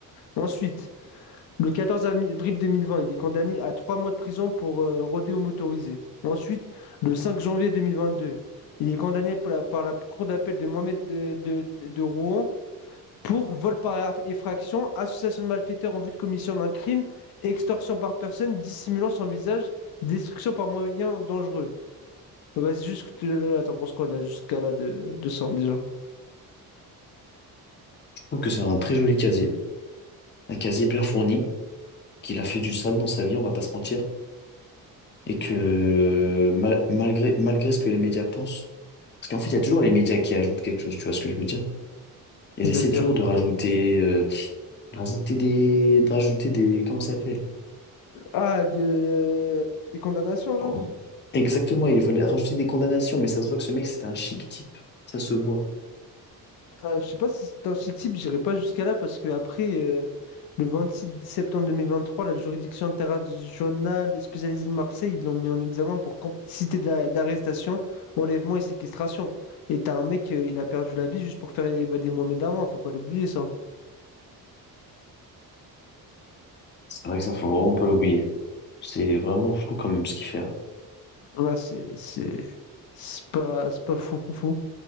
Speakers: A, on the left (about 75°); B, on the left (about 30°).
A: Ensuite, le 14 avril 2020, il est condamné à 3 mois de prison pour euh, rodéo motorisé. Ensuite, le 5 janvier 2022, il est condamné par la, par la cour d'appel de Mohamed euh, de de- de Rouen pour vol par effraction, association de malfaiteurs en vue de commission d'un crime, extorsion par personne dissimulant son visage, destruction par moyen dangereux. Euh, Bah, juste, là, t'en penses quoi là, jusqu'à là de, de ça déjà?
B: Je trouve que c'est un très joli casier. Un casier bien fourni, qu'il a fait du sale dans sa vie, on va pas se mentir. Et que mal- malgré, malgré ce que les médias pensent, parce qu'en fait, il y a toujours les médias qui ajoutent quelque chose, tu vois ce que je veux dire? Ils
A: C'est-à-dire.
B: essaient toujours de rajouter, euh, de rajouter des, de rajouter des, comment ça s'appelle?
A: Ah, de... des condamnations, genre?
B: Oh, Exactement, ils veulent rajouter des condamnations, mais ça se voit que ce mec, c'était un chic type. Ça se voit.
A: Ah, je sais pas si c'est un chic type, j'irai pas jusqu'à là parce que après euh, le 26 septembre 2023, la juridiction interrégionale spécialisée de Marseille, ils l'ont mis en examen pour complicité d'a- d'arrestation, enlèvement et séquestration. Et t'as un mec, euh, il a perdu la vie juste pour faire évader Mohamed Amman, faut pas l'oublier ça.
B: C'est vrai que ça, faut vraiment pas l'oublier. C'est vraiment fou quand même ce qu'il fait. hein.
A: Ouais, c'est c'est c'est pas c'est pas fou fou fou.